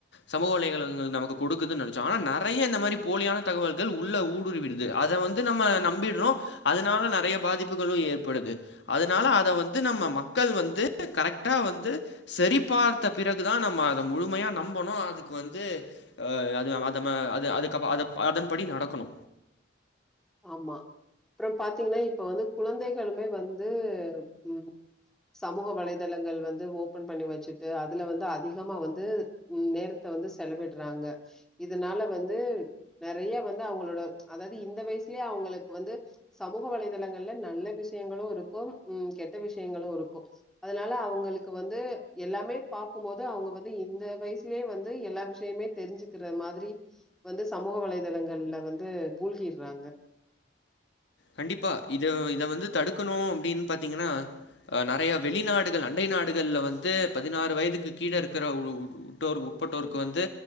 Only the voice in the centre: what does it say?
ஆமா அப்பறம் பாத்தீங்கன்னா இப்ப வந்து குழந்தைகளுமே வந்து ம் சமூக வலைதளங்கள் வந்து ஓபன் பண்ணி வச்சுட்டு அதுல வந்து அதிகமா வந்து ம் நேரத்த வந்து செலவிட்றாங்க இதனால வந்து நெறைய வந்து அவங்களோட அதாவது இந்த வயசுலயே அவங்களுக்கு வந்து சமூக வலைதளங்கள்ல நல்ல விஷயங்களு இருக்கும் ம் கெட்ட விஷயங்களு இருக்கும் அதனால அவங்களுக்கு வந்து எல்லாமே பாக்கும்போது அவங்க வந்து இந்த வயசுலேயே வந்து எல்லா விஷயமே தெரிஞ்சுக்கிற மாதிரி வந்து சமூக வலைதளங்கள்ல வந்து மூழ்கிடுறாங்க